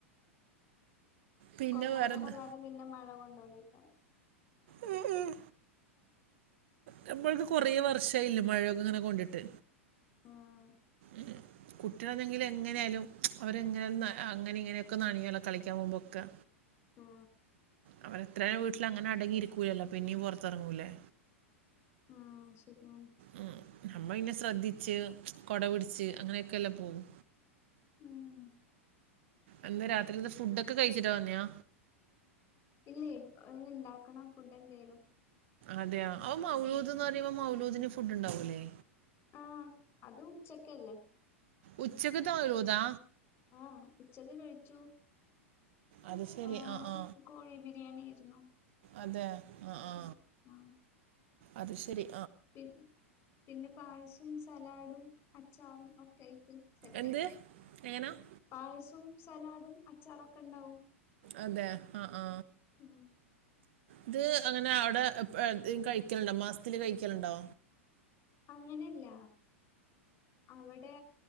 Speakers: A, on the right (about 60°); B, on the left (about 35°).
A: പിന്നെ
B: കൊള്ളാതെ
A: വേറെന്താ
B: കൊള്ളാതെ പിന്നെ മഴ കൊണ്ടോണ്ടയ്ക്കാരം.
A: ഉം ഉം നമ്മൾക്ക് കൊറേ വർഷയില്ലേ മഴയൊക്കെ ഇങ്ങനെ കൊണ്ടിട്ട്.
B: ആഹ്
A: ഉം കുട്ടികളാണെങ്കില് എങ്ങനെയാലും അവരെങ്ങനാലും അങ്ങനെ ഇങ്ങനെയൊക്കെ നനയല്ലോ കളിക്കാൻ പോകുമ്പൊക്കെ
B: ആ
A: അവരെത്രയാലും വീട്ടിൽ അങ്ങനെ അടങ്ങിയിരിക്കൂലല്ലോ പിന്നെയും പുറത്തിറങ്ങൂലേ
B: ആ ശെരിയാണ്.
A: ഉം നമ്മ പിന്നെ ശ്രദ്ധിച്ച് കൊട പിടിച്ച് അങ്ങനെയൊക്കെല്ലെ പോവും
B: ഉം
A: എന്താ രാത്രിത്തെ ഫുഡ് ഒക്കെ കഴിച്ചിട്ട് വന്നയാ
B: ഇല്ലേയ് പ്പ ഇങ്ങന്ണ്ടാക്കണം ഫുഡ് എന്തേലും
A: അതെയൊ അ മൗലൂദ്ന്ന്
B: ഉം
A: പറയുമ്പോ മൗലൂദിന് ഫുഡ്ണ്ടാവൂലെ
B: ആഹ് അത് ഉച്ചക്കല്ലേ
A: ഉച്ചക്ക്ത്ത മൗലൂദാ
B: ആഹ് ഉച്ചക്ക് കഴിച്ചു.
A: അത് ശെരി
B: ആഹ്
A: അആ
B: കോഴി ബിരിയാണി ആയിരുന്നു
A: അതെ അ ആ
B: മ
A: അത് ശെരി.
B: പിൻ പിനെ പായസോം സലാഡും അച്ചാറും ഒക്കായ്ട്ട് സെറ്റായ്ട്ട്
A: എന്ത് എങ്ങനാ
B: പായാസോം സലാഡും അച്ചാറൊക്കെണ്ടാവും.
A: അതെ അ ആ
B: ഉം
A: ഇത് അങ്ങനെ അവ്ടെ എപ്പഴ്ത് കഴിക്കൽണ്ടോ മാസ്ത്തില് കഴിക്കലുണ്ടോ?
B: അങ്ങനെല്ല അവടെ